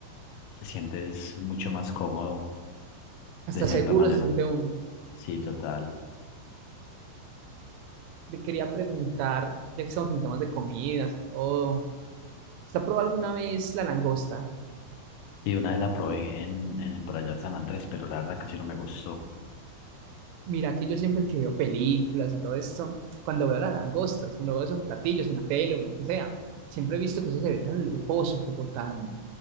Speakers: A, on the left; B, on the right.
A: te sientes mucho más cómodo,
B: hasta
A: de cierta
B: seguro
A: manera.
B: se siente uno.
A: Sí, total.
B: Le quería preguntar, ya que estamos en temas de comidas y todo, ¿usted ha probado alguna vez la langosta?
A: Y una vez la probé en, en, por allá en San Andrés, pero la verdad casi no me gustó.
B: Mira que yo siempre que veo películas y todo esto, cuando veo las langostas, cuando veo esos platillos en la tele o en lo que sea, siempre he visto que eso se ve tan lujoso, como tan,